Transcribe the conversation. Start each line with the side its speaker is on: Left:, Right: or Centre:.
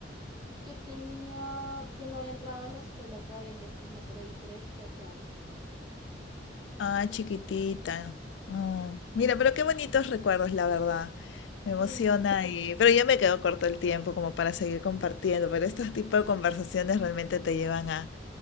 Right: Yo tenía, yo no había entrado a la escuela todavía, entonces tenía por ahí tres, cuatro años.
Left: Ah, chiquitita. Ah, mira, pero qué bonitos recuerdos, la verdad. Me emociona
Right: Sí.
Left: y, pero ya me quedo corto el tiempo como para seguir compartiendo, pero estos tipos de conversaciones realmente te llevan a,